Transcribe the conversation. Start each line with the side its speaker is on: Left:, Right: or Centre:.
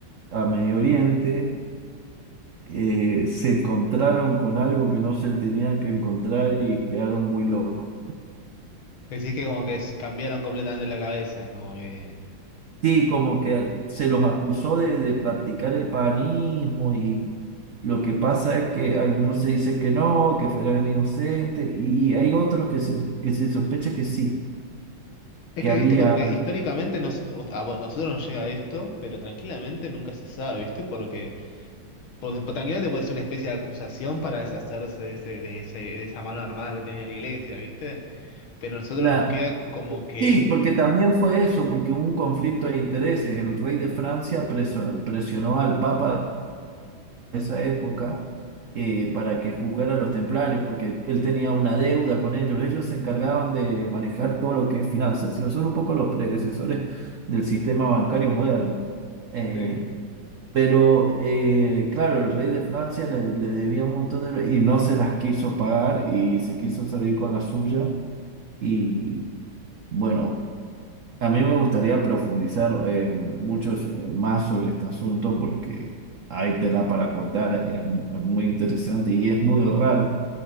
Right: a Medio Oriente, eh, se encontraron con algo que no se tenían que encontrar y quedaron muy locos.
Left: Decís que como que s- cambiaron completamente la cabeza, como que...
Right: Sí, como que se los acusó de, de practicar el paganismo y lo que pasa es que algunos se dice que no, que fueron inocentes y hay otros que se, que se sospecha que sí,
Left: Es
Right: que
Left: que,
Right: había
Left: viste, como que históricamente nos, a vo- nosotros nos llega esto, pero tranquilamente nunca se sabe, viste, porque pues, pues, tranquilamente puede ser una especie de acusación para deshacerse de, ese, de, ese- de esa mano armada que tenía la iglesia, viste, pero a nosotros
Right: la...
Left: nos queda como que...
Right: Sí, porque también fue eso, porque hubo un conflicto de intereses. El rey de Francia preso- presionó al Papa esa época eh, para que juzgara a los templarios, porque él tenía una deuda con ellos. Ellos se encargaban de manejar todo lo que es finanzas, ¿sí? Son un poco los predecesores del sistema bancario moderno. Eh,
Left: Sí,
Right: pero, eh, claro, el rey de Francia le, le debía un montón de... y no se las quiso pagar y se quiso salir con la suya. Y bueno. También me gustaría profundizar eh, mucho so- más sobre este asunto porque hay tela para cortar, es, es muy interesante y es muy raro